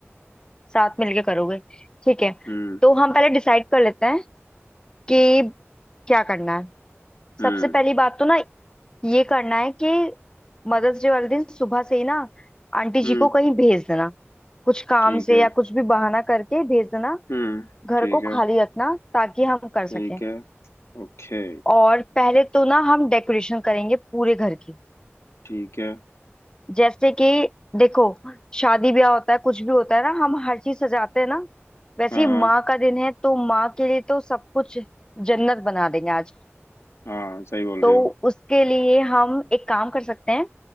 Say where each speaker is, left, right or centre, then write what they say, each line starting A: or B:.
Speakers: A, on the left; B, on the left.
A: साथ मिलके करोगे ठीक है
B: हम्म
A: तो हम पहले डिसाइड कर लेते हैं कि क्या करना है
B: हम्म
A: सबसे पहली बात तो ना ये करना है कि मदर्स डे वाले दिन सुबह से ही ना आंटी
B: हम्म
A: जी को कहीं भेज देना कुछ काम
B: ठीक
A: से
B: है
A: या कुछ भी बहाना करके भेज देना
B: हम्म
A: घर
B: ठीक
A: को
B: है
A: खाली रखना ताकि हम कर सकें
B: ठीक है ओके
A: और पहले तो ना हम डेकोरेशन करेंगे पूरे घर की
B: ठीक है
A: जैसे कि देखो शादी ब्याह होता है कुछ भी होता है ना हम हर चीज सजाते हैं ना वैसे
B: हाँ
A: ही माँ
B: हाँ
A: का दिन है तो माँ के लिए तो सब कुछ जन्नत बना देंगे आज
B: हाँ सही बोल
A: तो
B: रही हो
A: उसके लिए हम एक काम कर सकते हैं